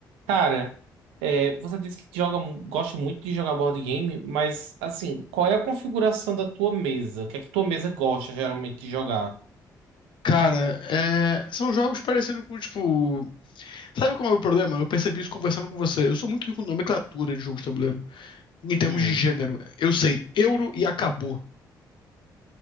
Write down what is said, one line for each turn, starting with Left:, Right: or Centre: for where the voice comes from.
Right: Cara, é, você disse que joga, gosta muito de jogar board game, mas assim, qual é a configuração da tua mesa? O que é que tua mesa gosta geralmente de jogar?
Left: Cara, é, são jogos parecidos com, tipo. Sabe qual é o problema? Eu percebi isso conversando com você. Eu sou muito rico em nomenclatura de jogos de tabuleiro. Em termos
Right: Hum.
Left: de gênero. Eu sei euro e acabou.